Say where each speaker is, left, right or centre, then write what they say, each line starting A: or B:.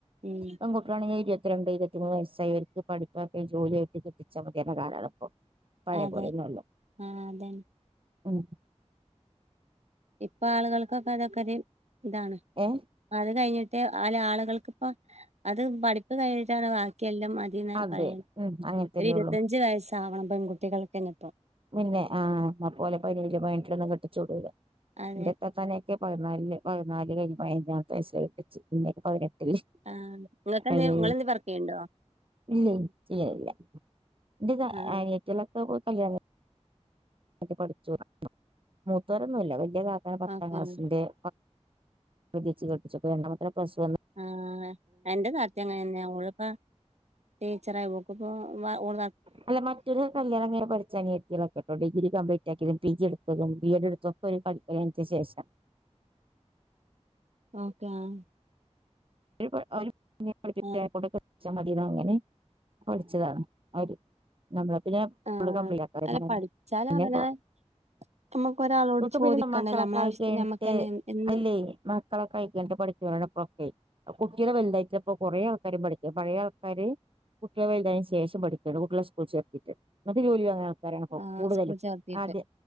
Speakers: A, on the right (about 70°); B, on the right (about 50°).
A: ഉം
B: പെൺകുട്ടികളാ ണെങ്കിൽ- ഇരുപത്തി രണ്ട് ഇരുപ- മൂന്ന് വയസ്സായിവർക്ക് പഠിപ്പായിട്ട്- ജോലിയ ആട്ട് കിട്ടിച്ചാ മതിയേ- കാലാണ് ഇപ്പോ. പഴയപോലെ
A: അതെ
B: ഒന്നുമല്ല,
A: ആ അതന്നെ
B: ഉം.
A: ഇപ്പ ആളുകൾക്കൊക്കെ- അതൊക്കെ ഒരു ഇതാണ്.
B: ഏ.
A: അത് കഴിഞ്ഞിട്ട് അല- ആളുകൾക്കിപ്പ അത് പഠിപ്പ്- കഴിഞ്ഞിട്ടാണ് ബാക്കിയെല്ലാംമതി.
B: അതെ
A: പറയാ
B: ഉം അങ്ങനെ തന്നെ
A: ഒരു ഇരുപതഞ്ചു
B: ഉള്ളു
A: വയസ്സ് ആവണം പെൺകുട്ടികൾക്കെന്നെ ഇപ്പോ.
B: പിന്നെ ആഹാ നമ്മളെ പോലെ- പതിനെയിലോ, പതിനേറ്റിലോ കെട്ടിച്ചുവിടുൂല്ല,
A: അതെ
B: എന്റെതൊക്കെ- ഒ പതിനാലില്, പതിനാല് കഴിഞ്ഞ് പതിനഞ്ചമത്തെ വയസ്സില കെട്ടിച്ചേ, പിന്നെ പതിനെട്ടില്.
A: ആഹ് നിങ്ങക്കെന്തേ
B: അതിന്
A: നിങ്ങളെന്തേ വർക്ക് ചെയ്യണ്ടോ
B: ഇല്ല ചെയ്യാലില്ല. എന്റെ
A: ആഹ്
B: അനിയത്തികളെ ഒക്കെ ഇപ്പൊ കല്യാണം കഴിഞ്ഞു. പഠിച്ചു മൂത്തരോന്നുമില്ല, വലിയ താത്താനെ പത്താം
A: ഓക്കെ
B: ക്ലാസ്സിന്റെ- വിതിച്ച് കെട്ടിച്ചപ്പോ രണ്ടാമത്തെ പ്ലസ് വണ്.
A: ആഹ എന്റെ താത്ത- അങ്ങനെന്നെയ ഓൾ പ്പോ- ടീച്ചർ ആഹാ ഓൾക്പ്പോ ഓൾ-
B: അല്ല മറ്റൊരു- കല്യാണം കയിഞ്ഞ് പഠിച്ച- അനിയത്തീകളൊക്കെണ്ടോ ഡിഗ്രി കംപ്ലീറ്റ് ആാക്കിയതും പി. ജി എടുത്തും ബി. എഡ് എടുത്തും, തൊക്കെ ഒരുപഠിപ്പിന് ശേഷം,
A: ഓക്കെ ആഹാ.
B: <unintelligible>
A: ആഹ്
B: നമ്മളത്തി
A: ആഹ്
B: ഫള് കമ്പല ആഹാ
A: അല്ല
B: പിന്നെ.
A: പഠിച്ചാല് അവനാൻ നമുക്ക് ഒരാളോട്
B: ഇന്ക്കെ
A: ചോദിക്കണ്ടല്ലോ
B: പിന്ന മക്കളക്കായിനിട്ട്
A: നമ്മളെ ആവശ്യത്തിന് നമ്മക്കന്നെ എന്നും
B: അല്ലേ? മക്കളൊക്കെ കഴിക്കി പഠിച്ചണ് ഇപ്പഴൊക്കെ. കുട്ടിയെ വലുതായിട്ടപ്പോ കുറേ ആൾക്കാരും പഠിക്കും, പഴയ ആൾക്കാര് കുട്ടിയളെ വലുതായതിനന് ശേഷം പഠിക്കും. കുട്ടികളെ സ്കൂളിൽ ചേർത്തിട്ട് ഇങ്ങക്ക് ജോലിയാ? ഇപ്പ
A: ആഹ്
B: കൂടുതലും,
A: സ്കൂൾ ചേർത്തിട്ട്
B: ആദ്യ